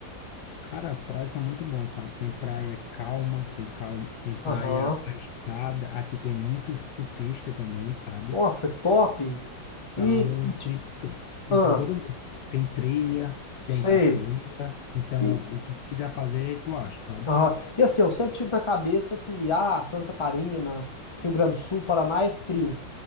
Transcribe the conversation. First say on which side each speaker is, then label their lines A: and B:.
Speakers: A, on the left; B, on the left.
A: Cara, as praias são muito boas, sabe? Tem praia calma, tem calma, tem praia
B: Aham.
A: agitada. Aqui tem muito surfista também, sabe?
B: Nossa, que top. E,
A: Então,
B: e tipo,
A: tem, tem, tem
B: ah,
A: para todo mundo. Tem trilha, tem
B: sei.
A: cachoeira. Então,
B: E,
A: o que tu quiser fazer, tu acha, sabe?
B: Ah, e assim, eu sempre tive na cabeça que, ah, Santa Catarina, Rio Grande do Sul, Paraná é frio.